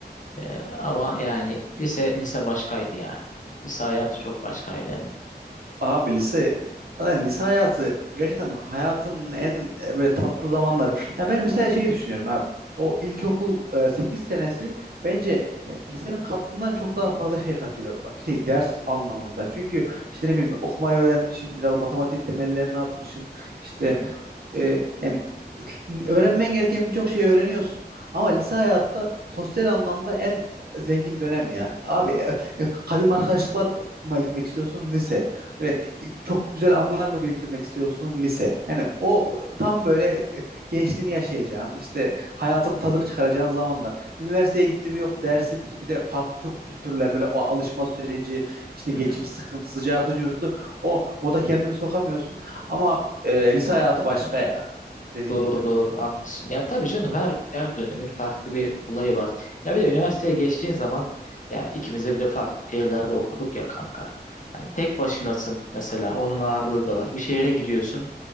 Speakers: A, on the left; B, on the right.
A: Ee, ama yani lise lise başkaydı ya. Lise hayatı çok başkaydı
B: Abi lise yani lise hayatı gerçekten hayatın en e, böyle tatlı zamanları. Ya ben mesela şey düşünüyorum abi. O ilkokul e, 8 senesi bence e, lisenin kattığından çok daha fazla şey katıyor. Ba- Şey ders anlamında. Çünkü işte ne bileyim okumayı öğrenmişsin, biraz matematiğin temellerini atmışsın. İşte
A: Emre.
B: e, yani öğrenmen gereken birçok şeyi öğreniyorsun ama lise hayatta sosyal anlamda en zengin dönem ya. Abi e, e, kadim arkadaşlıklar mı mı edinmek istiyorsun lise. Böyle e, çok güzel anılar mı biriktirmek istiyorsun lise. Yani o tam böyle e, gençliğini yaşayacağın, işte hayatın tadını çıkaracağın zamanlar. Üniversiteye gitti mi yok dersidir. Bir de farklı çok kültürler böyle o alışma süreci, işte
A: <laughs>
B: geçim sıkıntısı, cartı curtu. O moda kendini sokamıyorsun ama e, lise hayatı başka ya. Dediğin
A: Doğru
B: gibi.
A: doğru haklısın. Ya tabii canım her her dönemin farklı bir olayı var. Ya bir de üniversiteye geçtiğin zaman ya ikimiz de bir de farklı şehirlerde okuduk ya kanka. Hani tek başınasın mesela onun ağırlığı da var. Bir şehre gidiyorsun